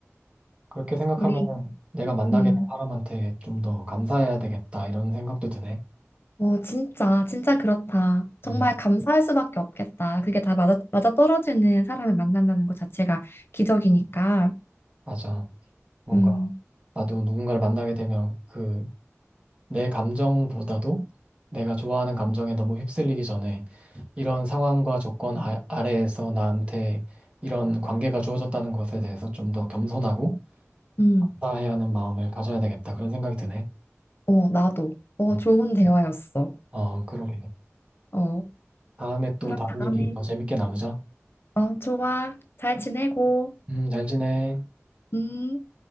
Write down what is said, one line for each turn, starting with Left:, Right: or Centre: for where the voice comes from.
Right: 그렇게 생각하면
Left: 우리,
Right: 내가 만나게
Left: 음,
Right: 된 사람한테 좀 더 감사해야 되겠다 이런 생각도 드네.
Left: 어, 진짜, 진짜 그렇다. 정말
Right: 음,
Left: 감사할 수밖에 없겠다. 그게 다 맞아, 맞아떨어지는 사람을 만난다는 것 자체가 기적이니까.
Right: 맞아. 뭔가
Left: 음,
Right: 나도 누군가를 만나게 되면 그 내 감정보다도 내가 좋아하는 감정에 너무 휩쓸리기 전에 이런 상황과 조건 아, 아래에서 나한테 이런 관계가 주어졌다는 것에 대해서 좀 더 겸손하고
Left: 음,
Right: 감사해야 하는 마음을 가져야 되겠다 그런 생각이 드네.
Left: 어, 나도. 어,
Right: 음.
Left: 좋은 대화였어.
Right: 어, 그러게.
Left: 어.
Right: 다음에
Left: 그럼
Right: 또 다른
Left: 다음에,
Right: 얘기 더 재밌게 나누자.
Left: 어, 좋아. 잘 지내고,
Right: 음, 잘 지내.
Left: 음.